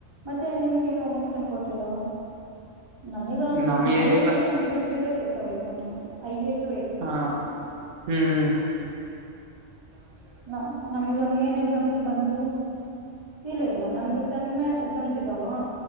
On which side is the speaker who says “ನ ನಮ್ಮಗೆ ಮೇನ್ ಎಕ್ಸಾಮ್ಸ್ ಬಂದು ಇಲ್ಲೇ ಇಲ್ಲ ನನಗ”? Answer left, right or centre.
Right